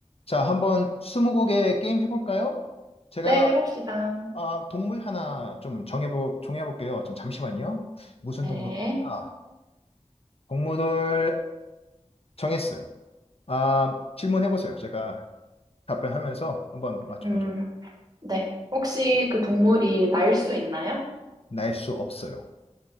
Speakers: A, on the left; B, on the right.
A: 자, 한번 스무고개 게임 해볼까요? 제가
B: 네, 해봅시다.
A: 아, 동물 하나 좀 정해보, 정해볼게요. 좀 잠시만요. 무슨
B: 네.
A: 동물일까? 동물을 정했어요. 아, 질문해보세요. 제가 답변하면서 한번 맞춰보죠.
B: 음, 네. 혹시 그 동물이 날 수 있나요?
A: 날 수 없어요.